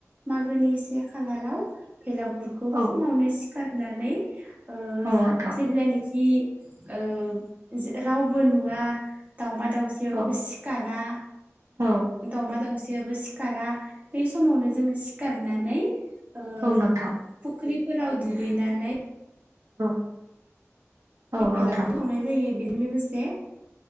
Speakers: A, on the right; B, on the right.
A: मागोनि से खालाराव भेलागुर खौ
B: औ
A: फुङावनो सिखारनानै ओ
B: औ नोंथां
A: जेब्लानि जि ओ जे रावबो नुवा दावमा दाउसायावबो
B: औ
A: सिखारा
B: औ
A: दावमा दाउसायाबो सि <unintelligible> बै समावनो जोङो सिखारनानै ओ
B: औ नोंथां
A: फुख्रिफोराव दुगैनानै
B: औ औ
A: भेलागुर
B: नोंथां
A: सावनाय जायो। बेजों लोगोसे